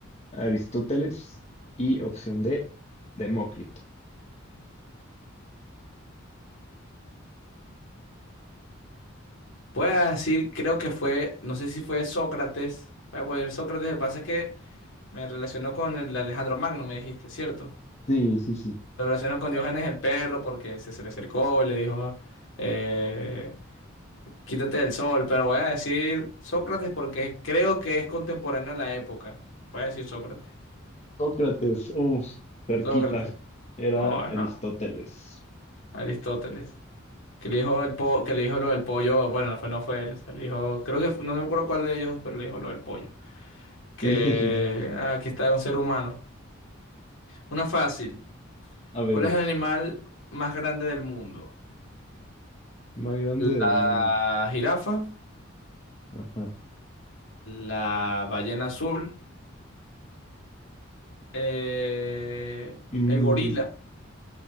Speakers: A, on the left; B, on the left.
A: Aristóteles y opción D, Demócrito.
B: Voy a decir, creo que fue, no sé si fue Sócrates. Voy a poner Sócrates, lo que pasa es que me relacionó con el Alejandro Magno, me dijiste, ¿cierto?
A: Sí, sí, sí.
B: Lo relacionó con Diógenes el perro porque se, se le acercó y le dijo, eh, quítate del sol, pero voy a decir Sócrates porque creo que es contemporáneo a la época. Voy a decir Sócrates.
A: Sócrates, uff, cerquita.
B: Sócrates.
A: Era
B: Oh, no.
A: Aristóteles.
B: Aristóteles. Que le dijo el po- que le dijo lo del pollo, bueno, no fue, no fue él, o sea, le dijo, creo que fue- no me acuerdo cuál de ellos, pero le dijo lo del pollo. Que
A: Sí, <laughs> sí, sí.
B: ah, aquí está un ser humano. Una fácil.
A: A ver,
B: ¿Cuál es el animal más grande del mundo?
A: más grande del
B: La
A: mundo.
B: jirafa,
A: Ajá.
B: la ballena azul, eh,
A: Mm,
B: el gorila